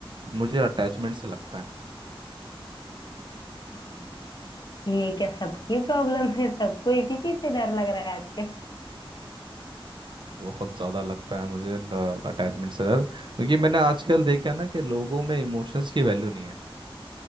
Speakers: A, on the right (about 55°); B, on the left (about 45°).
A: मुझे अटैचमेंट से लगता है
B: हाँ, ये क्या सबकी प्रॉब्लम है सबको इसी चीज से डर लग रहा है आजकल
A: बहुत ज्यादा लगता है मुझे अटैचमेंट से डर क्योंकि मैंने आजकल देखा ना कि लोगों में इमोशंस की वैल्यू नहीं है